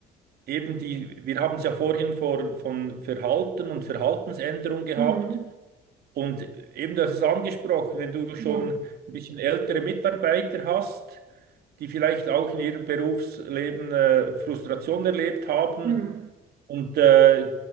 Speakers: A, on the right; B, on the right.
A: eben die, wir haben es ja vorhin vor, von Verhalten und Verhaltensänderung gehabt.
B: Mhm.
A: Und eben, das ist angesprochen, wenn du schon
B: Ja.
A: ein bisschen ältere Mitarbeiter hast, die vielleicht auch in ihrem Berufsleben äh, Frustration erlebt haben
B: Mhm.
A: und äh,